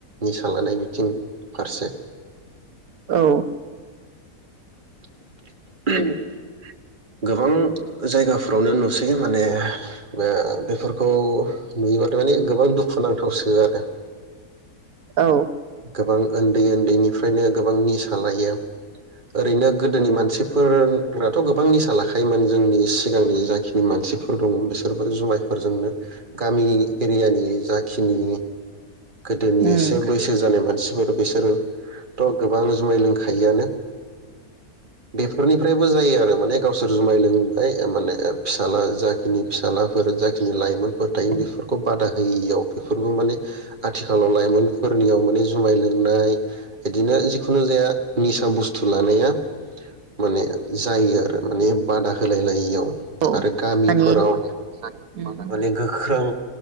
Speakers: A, on the right; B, on the right.
A: निसा लानाय बिथिं फारसे।
B: औ
A: <inaudible> उम
B: <inaudible>
A: गोबां जायगाफ्रावनो नुसै माने ओ बेफोरखौ नुयोबाथ' माने गोबां दुखु नांथावसो आरो
B: औ
A: गोबां ओन्दै ओन्दैनिफ्रायनो गोबां नि सा लायो ओरैनो गोदोनि मानसिफोर राथ' गोबां निसा लाखायोमोन जोंनि सिगांनि जाखिनि मानसिफोर दङ बिसोरबो जुमायफोरजोंनो गामि एरियानि जाखिनि गोदोनि
B: उम
A: एसे
B: गोदोनि
A: बैसो जानाय मानसिफोर बिसोर थ' गोबां जुमाय लोंखायो आनो। फोरनिफ्रायबो जायो आरो माने गावसोर जुमाय लोंबाय माने फिसाला जाखिनि फिसालाफोर जाखिनि लाइमोनफोर थायो बेफोरखौ बादा होयियाव बेफोरबो माने आथिखालाव लाइमोनफोर याव माने जुमाय लोंनाय बिदिनो जिखुनु जाया निसा बुस्थु लानाया माने जायो आरो माने बादा होलाय लायियाव
B: औ
A: आरो गामिफोराव
B: माने जानो बादा होनायाव
A: माने गोख्रों